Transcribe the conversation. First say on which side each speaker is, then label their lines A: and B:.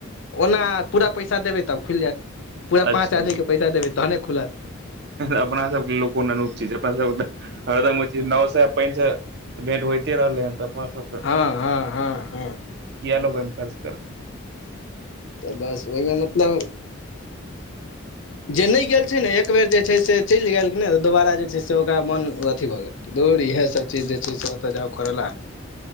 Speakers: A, on the left; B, on the right.
A: ओना पूरा पैसा देबै तब खुलि जायत पूरा
B: अच्छा
A: पाँच आदमीे पैसा देबै तहने खुलत,,
B: अपना सबके लोको अनुप छी अपना सब हरदम नओ सए पै सए तऽ भेंट होइते रहलै हन तऽ अफा सब
A: हँ हँ हँ हँ,
B: किया लोग अई मे खर्च करत
A: तऽ बस ओहिमे मतलब जे नै गेल छै ने एक बेर जे छै से चलि गेएल कि ने तऽ दोबारा जे छै से ओकरा मन अथी भऽ गेएल कि दौर इएह सब चीज जे छै से ओतय जाउ करै लए।